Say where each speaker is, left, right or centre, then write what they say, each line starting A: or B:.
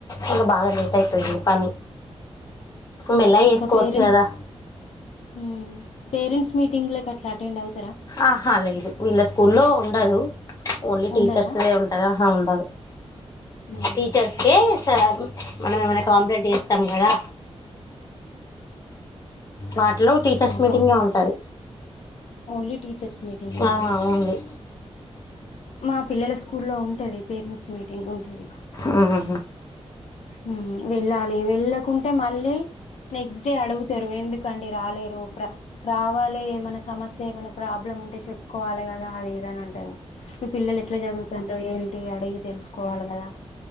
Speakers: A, on the left; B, on the left.
A: ఇంకా బాగా లేట్ అయితది పని మెల్లగా చేసుకోవచ్చు
B: ఇంకా పేరెంట్స్
A: కదా
B: మ్మ్ పేరెంట్స్ మీటింగ్లకీ అట్ల అటెండ్ అవు
A: ఆహా లేదు వీళ్ళ స్కూల్లో ఉండదు ఓన్లీ టీచర్స్దే
B: ఉండదా
A: ఉంటదా
B: మ్మ్
A: టీచర్స్ కే మనం ఏమైనా కాంప్లైంట్ చేస్తాము కదా వాటిలో టీచర్స్
B: ఓకా
A: మీటింగే ఉంటది
B: ఓన్లీ టీచర్స్ మీటింగే ఉంటదా
A: ఆ ఓన్లీ
B: మా పిల్లల స్కూల్లో ఉంటది పేరెంట్స్ మీటింగ్ ఉంటుంది
A: ఆ ఆ
B: మ్మ్ వెళ్ళాలి వెళ్ళకుంటే మళ్ళీ నెక్స్ట్ డే అడుగుతరు ఎందుకండి రాలేరు రావాలే ఏమనా సమస్య ఏమనా ప్రాబ్లమ్ ఉంటే చెప్పుకోవాలె కదా అది ఇదని అంటరు మీ పిల్లలు ఎట్ల చదువుతండ్రో ఏంటి అడిగి తెలుసుకోవాలి కదా